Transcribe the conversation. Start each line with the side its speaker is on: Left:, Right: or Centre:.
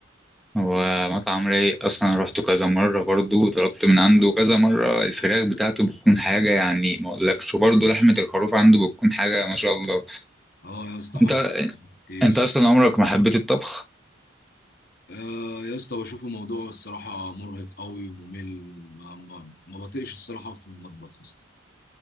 Centre: هو مطعم رايق اصلا رحت كذا مرة برضو وطلبت من عنده كذا مرة الفراخ بتاعته بتكون حاجة يعني ما اقولكش وبرضو لحمة الخروف عنده بتكون حاجة ما شاء الله
Left: اه يا اسطى حسن
Centre: انت
Left: تيسو
Centre: انت اصلا عمرك ما حبيت الطبخ
Left: آه يا اسطى بشوف الموضوع الصراحه مرهق قوي وممل ما, ما, ما بطيقش الصراحه في المطبخ يا اسطى